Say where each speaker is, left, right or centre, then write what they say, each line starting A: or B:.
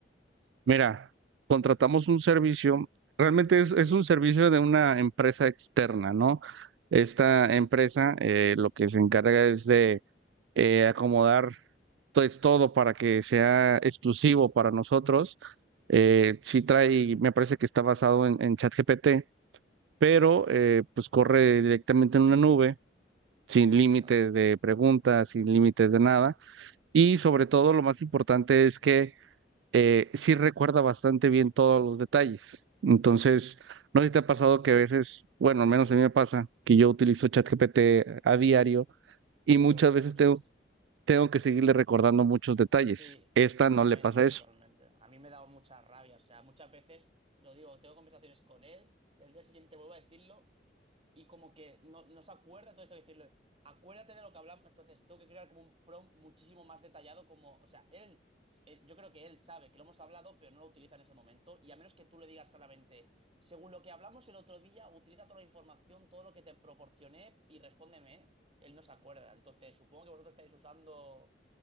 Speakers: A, on the right; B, on the right.
A: Mira, contratamos un servicio, realmente
B: Ujú,
A: es, es un servicio de una empresa externa, ¿no? Esta empresa eh, lo que se encarga es de eh, acomodar pues todo para que sea exclusivo para nosotros. Eh, sí trae, me parece que está basado en, en ChatGPT, pero eh, pues corre directamente en una nube, sin límites
B: Claro.
A: de preguntas, sin límites
B: Ajá.
A: de nada. Y sobre todo lo más importante es que eh, sí recuerda bastante bien todos los detalles. Entonces, no sé si te ha pasado que a veces, bueno, al menos a mí me pasa que yo utilizo
B: ujú,
A: ChatGPT a diario
B: Sí. Que
A: y muchas
B: se olvida
A: veces
B: muchas.
A: tengo, tengo que seguirle recordando muchos detalles.
B: Sí,
A: Esta
B: totalmente,
A: no le pasa eso.
B: totalmente. A mí me ha dado mucha rabia, o sea, muchas veces, te lo digo, tengo conversaciones con él y al día siguiente vuelvo a decirlo y como que no, no se acuerda, entonces tengo que decirlo. acuérdate de lo que hablamos, entonces tengo que crear como un prompt muchísimo más detallado, como, o sea, él, él- yo creo que él sabe que lo hemos hablado, pero no lo utiliza en ese momento y a menos que tú le digas solamente, según lo que hablamos el otro día, utiliza toda la información, todo lo que te proporcioné y respóndeme, él no se acuerda, entonces supongo que vosotros estáis usando...